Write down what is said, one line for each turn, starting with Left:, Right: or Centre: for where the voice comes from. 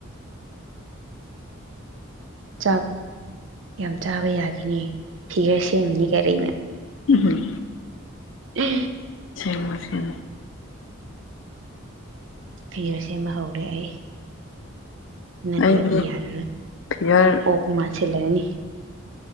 Right: ꯆꯥꯛ ꯌꯥꯝ ꯆꯥꯕ ꯌꯥꯈꯤꯅꯦ ꯐꯤꯒꯔ ꯁꯦꯝꯃꯤꯅꯤ ꯀꯔꯩꯅ
Left: ꯎꯝꯍꯝ
Right: ꯎ
Left: ꯁꯤꯦꯡꯁꯤꯦꯡ
Right: ꯐꯤꯔ ꯁꯦꯝ ꯑꯃ ꯍꯧꯔꯦ ꯑꯩ ꯅꯠꯇ꯭ꯔꯗꯤ
Left: ꯑꯩꯗꯤ
Right: ꯌꯥꯔꯔꯣꯏ
Left: ꯐꯤꯒꯔ
Right: ꯑꯣ ꯃꯥꯥꯟꯁꯤꯜꯂꯔꯅꯤ